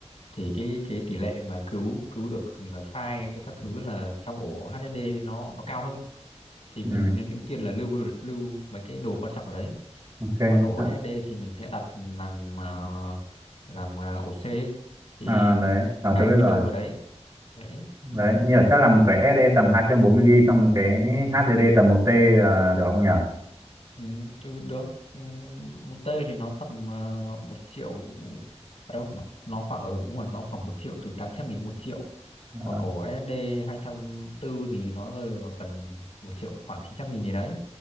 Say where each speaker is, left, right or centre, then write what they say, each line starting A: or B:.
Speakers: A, on the left; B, on the right.
A: thì cái cái tỷ lệ mà cứu cứu được ờ, file với các thứ là trong ổ HDD nó nó cao hơn thì
B: Ừ.
A: mình nên ưu tiên là lưu lưu mấy cái đồ quan trọng ở đấy
B: Ok.
A: còn ổ
B: À,
A: SSD thì mình sẽ đặt làm ờ, làm ờ, ổ C thì
B: à, đấy. Ờ
A: cài
B: tôi biết
A: Windows
B: rồi.
A: vào đấy đấy
B: Đấy, nhờ chắc làm cái E SSD tầm 240 GB trong một cái HDD tầm một t à, được không nhỉ?
A: ừ, ừ, được ừ, một T thì nó tầm ờ, một triệu ở đâu nó, nó khoảng ở đúng rồi nó khoảng một triệu từ 800 nghìn đến một triệu
B: Ờ,
A: còn ổ SD tư thì nó rơi vào gần một triệu khoảng 900 nghìn gì đấy